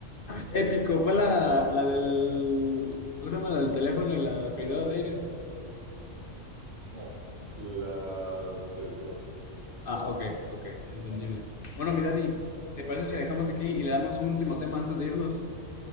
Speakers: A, on the left (about 50°); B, on the right (about 55°).
A: Épico, fue la, la del. ¿Cómo se llama? La del teléfono y la privada de aire.
B: No, la de después.
A: Ah, ok, ok, entendible. Bueno, mi Dani, ¿te parece si la dejamos aquí y le damos un último tema antes de irnos?